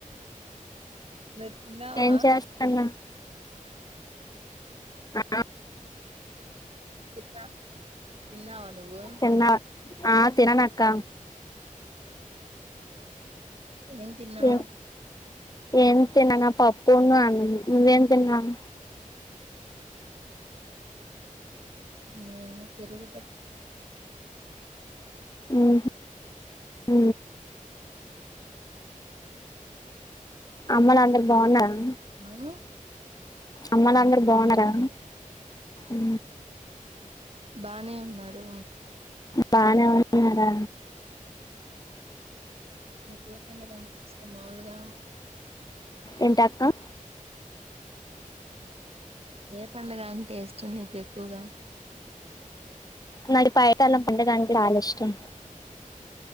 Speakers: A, on the right (about 45°); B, on the left (about 25°).
A: నువ్ తిన్నావా?
B: ఏం చేస్తున్నా ఆ
A: ఇఫ తిన్నావా నువ్వు?
B: తిన్నా ఆ తినను అక్క
A: ఏం తిన్నావు?
B: ఏ- ఏం తిననా పప్పు అన్నం నువ్వేం తిన్నావ్?
A: మ్ ఎరువుల్లో
B: మ్ అ అమ్మలు అందరు బావున్నారు
A: చట్నీ
B: అమ్మ
A: హ్మ్
B: నాన్నర
A: బానే
B: బావున్నారా?
A: ఉన్నారు.
B: అ
A: బానే ఉన్నారు
B: బానే ఉన్నారా?
A: నీకే పండుగ అంటే ఇష్టం మాములుగా?
B: ఎంట అక్క?
A: ఏ పండగ అంట టేస్ట్ నీకు ఎక్కువగా?
B: నడి పయటలా పండగ అంటే చాల ఇష్టం